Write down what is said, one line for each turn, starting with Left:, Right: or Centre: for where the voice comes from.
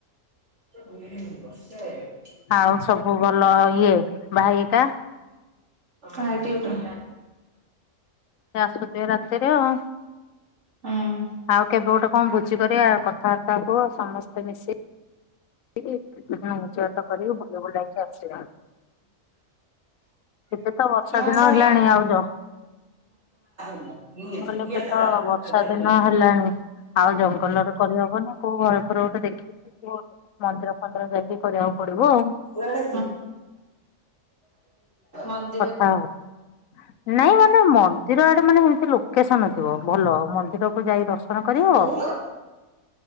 Right: <unintelligible>
Left: ଆଉ ସବୁ ଭଲ ଇଏ ଭାଇ ହେକା
Right: ଭାଇ ଡିଉଟି।
Left: ସେ ଆସୁଥିବେ ରାତିରେ ଆଉ।
Right: ହଁ।
Left: ଆଉ କେବେ ଗୋଟେ କଣ ଭୋଜି କରିଆ କଥାବାର୍ତ୍ତା ହୁଅ ସମସ୍ତେ ମିଶି କି ଭୋଜି ଭାତ କରିକି ବୁଲିବୁଲା କି ଆସିବା। ଏବେ ତ ବର୍ଷା
Right: ଧର
Left: ଦିନ
Right: ଧଇଲ।
Left: ହେଲାଣି ଆଉ ଯ
Right: ହୁଁ।
Left: ମୁଁ କହିଲି ଏବେ ତ ବର୍ଷା ଦିନ ହେଲାଣି। ଆଉ ଜଙ୍ଗଲରେ କରିହବନା କୋଉ ଘର ଫର ଗୋଟେ ଦେଖୀକି <unintelligible> <unintelligible> ଯାଇକି କରିବାକୁ ପଡ଼ିବ ଆଉ।
Right: ହଁ ମନ୍ଦ୍
Left: କଥା ହୁଅ। ନା ମନ୍ଦିର ଆଡ଼େ ମାନେ ସେମିତି ଲୋକେସନ ଥିବ ଭଲ ମନ୍ଦିର କୁ ଯାଇ ଦର୍ଶନ କରିବ।
Right: ହଁ